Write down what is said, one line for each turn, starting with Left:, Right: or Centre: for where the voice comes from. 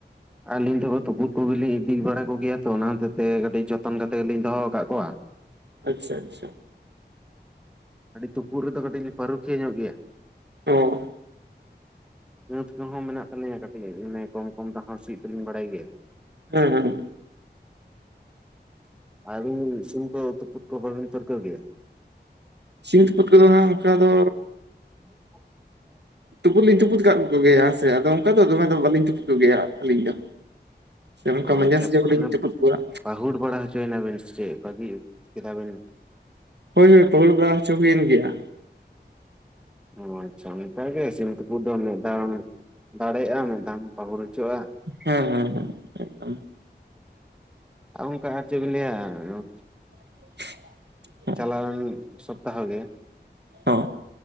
Centre: ᱟᱹᱞᱤᱧ ᱫᱚ ᱛᱩᱯᱩᱫ ᱠᱚᱜᱮᱞᱤᱧ ᱤᱫᱤ ᱵᱟᱲᱟ ᱠᱚᱜᱮᱭᱟ ᱛᱚ ᱚᱱᱟ ᱦᱚᱛᱮ ᱛᱮ ᱠᱟᱹᱴᱤᱡ ᱡᱚᱛ ᱡᱚᱛᱚᱱ ᱠᱟᱛᱮ ᱜᱮ ᱞᱤᱧ ᱫᱚᱦᱚ ᱟᱠᱟᱜ ᱠᱚᱣᱟ᱾
Right: ᱟᱪᱷᱟ ᱟᱪᱷᱟ
Centre: ᱟᱹᱰᱤ ᱛᱩᱯᱩᱜ ᱨᱮ ᱫᱚ ᱠᱟᱹᱴᱤᱡ ᱯᱟᱹᱨᱩᱠᱷᱤᱭᱟᱹ ᱧᱚᱜ ᱜᱮᱭᱟ᱾
Right: ᱚ
Centre: ᱵᱟᱹᱫᱽ ᱠᱚ ᱦᱚᱸ ᱢᱮᱱᱟᱜ ᱛᱟᱞᱮᱭᱟ ᱠᱟᱹᱴᱤᱡ ᱢᱟᱱᱮ ᱠᱚᱢ ᱠᱚᱢ ᱛᱮ ᱥᱤ ᱫᱚ ᱞᱤᱧ ᱵᱟᱰᱟᱭ ᱜᱮᱭᱟ᱾
Right: ᱦᱮᱸ ᱦᱮᱸ
Centre: ᱟᱹᱵᱤᱱ ᱥᱤᱢ ᱠᱚ ᱛᱩᱯᱩᱫ ᱠᱚ ᱵᱟᱹᱵᱤᱱ ᱯᱟᱹᱨᱠᱟᱹᱣ ᱜᱮᱭᱟ?
Right: ᱥᱤᱢ ᱛᱩᱯᱩᱫ ᱠᱚ ᱫᱚ ᱦᱟᱸᱜ ᱚᱝᱠᱟ ᱫᱚᱻ
Centre: <inaudible>
Right: ᱛᱩᱯᱩᱫ ᱞᱤᱧ ᱛᱩᱯᱩᱫ ᱠᱟᱜ ᱠᱚ ᱜᱮᱭᱟ ᱦᱮᱸ ᱥᱮ ᱟᱫᱚ ᱚᱝᱠᱟ ᱫᱚᱢᱮ ᱫᱚ ᱵᱟᱹᱞᱤᱧ ᱛᱩᱯᱩᱜ ᱠᱚ ᱜᱮᱭᱟ ᱟᱹᱞᱤᱧ ᱫᱚ᱾ ᱚᱱᱠᱟ
Centre: ᱚᱻ
Right: ᱢᱟᱸᱡᱟᱱ
Centre: ᱟᱪᱷᱟ
Right: ᱥᱮᱡ ᱦᱚᱞᱤᱧ
Centre: ᱚᱱᱟ
Right: ᱛᱩᱯᱩᱫ ᱠᱚᱣᱟ
Centre: ᱯᱟᱹᱦᱩᱲ ᱵᱟᱲᱟ ᱦᱚᱪᱚ ᱮᱱᱟ ᱵᱤᱱ ᱥᱮ ᱵᱟᱹᱜᱤ ᱠᱮᱫᱟ ᱵᱤᱱ
Right: ᱦᱚᱭ ᱦᱚᱭ ᱯᱟᱹᱦᱩᱲ ᱵᱟᱲᱟ ᱦᱚᱪᱚ ᱦᱩᱭ ᱮᱱ ᱜᱮᱭᱟ᱾
Centre: ᱚᱻ ᱟᱪᱷᱟ ᱚᱝᱠᱟ ᱜᱮ ᱥᱤᱢ ᱛᱩᱯᱩᱜ ᱫᱚ ᱢᱤᱜ ᱫᱷᱟᱣ ᱮᱢ ᱫᱟᱲᱮᱜᱼᱟ ᱢᱤᱫ ᱫᱷᱟᱣᱮᱢ ᱯᱟᱹᱦᱩᱲ ᱚᱪᱚᱜᱼᱟ᱾
Right: ᱦᱮᱸ ᱦᱮᱸ ᱦᱮᱸ ᱮᱠᱫᱚᱢ᱾
Centre: ᱚᱝᱠᱟ ᱟᱨ ᱪᱮᱫ ᱞᱤᱧ ᱞᱟᱹᱭᱟ
Right: <inaudible>
Centre: ᱪᱟᱞᱟᱣ ᱮᱱ ᱥᱚᱯᱛᱟᱦ ᱜᱮ
Right: ᱦᱚᱸ